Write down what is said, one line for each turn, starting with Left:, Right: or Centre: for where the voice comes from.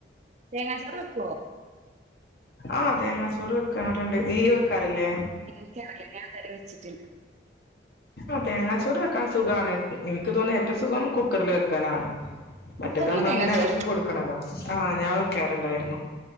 Right: തേങ്ങചോറ് വെക്കോ
Left: ആഹ് തേങ്ങാ ചോറ് വെക്കാറുണ്ട് നീ വെക്കാറില്ലേ
Right: എനിക്കറിയില്ല ഞാൻ ഇതേ വരെ വെച്ചിട്ടില്ല
Left: ആ തേങ്ങാച്ചോറ് വെക്കാൻ സുഖാണ് എനിക്ക് തോന്നുന്നു ഏറ്റവും സുഖം കുക്കറിൽ വെക്കാനാണ് മറ്റേത്
Right: കുക്കറില്
Left: നമ്മള
Right: തേങ്ങാച്ചോറ്
Left: ഇങ്ങനെ ഇളക്കി
Right: വെക്കും
Left: കൊടുക്കണല്ലോ ആഹ് ഞാൻ വെക്കാറുണ്ടായിരുന്നു